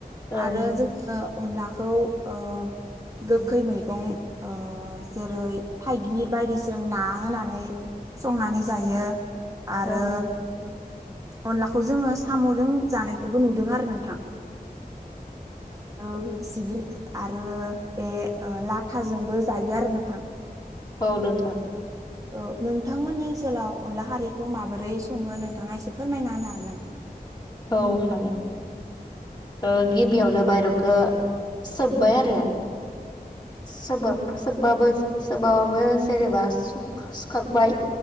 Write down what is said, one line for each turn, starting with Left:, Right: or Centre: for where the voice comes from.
Left: औ
Right: आरो जोङो अनलाखौ ओ गोखै मैगं ओ जेरै थाइ गिर बायदिजों ना होनानै संनानै जायो आरो
Left: औ
Right: अनलाखौ जोङो साम'जों जानायखौबो नुदों आरो नोंथां औ जिबि आरो बे लाथाजोंबो जायो आरो नोंथां
Left: औ नोंथां
Right: औ नोंथांमोननि ओनसोलाव अनला खारैखौ माबोरै सङो नोंथाङा एसे फोरमायना होनो हागोन‌ नामा
Left: औ हागोन ओ
Right: औ
Left: गिबियावनो मायरंखो सोबबाय आरो सोबाब सोबबाबो सोमाबाबो जेनेबा सुख सुखांबाय